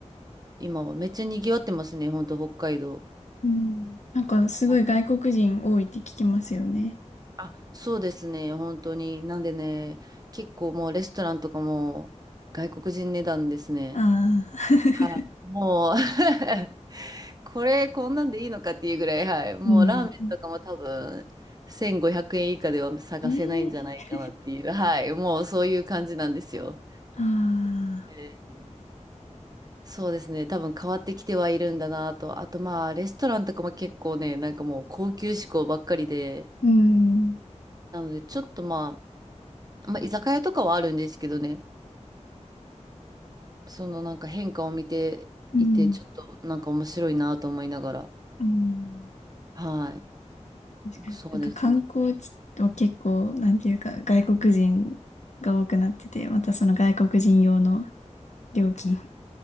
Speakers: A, on the right; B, on the left.
A: 今はめっちゃ賑わってますね、本当北海道。
B: うんなんかすごい外国人多いって聞きますよね。
A: ああ、そうですね、本当に。なんでね、結構もうレストランとかも外国人値段ですね。
B: ああ。
A: はい、もう <laughs> これこんなんでいいのかっていうぐらい、はい、もうラーメンとかも多分1500円以下では探せないんじゃないかなっていう、
B: <laughs> うん。ええ
A: はい、もうそういう感じなんですよ。
B: あ
A: えー
B: あ。
A: そうですね、多分変わってきてはいるんだなと、あとまあレストランとかも結構ね、なんかもう高級志向ばっかりで、
B: うん。
A: なのでちょっとまあ、まあ、居酒屋とかはあるんですけどね、そのなんか変化を見ていて、
B: うん。
A: ちょっとなんか面白いなと思いながら、
B: うん
A: はい、
B: 確かに。
A: そうですね。
B: なんか観光地は結構、なんていうか、外国人が多くなってて、またその外国人用の料金、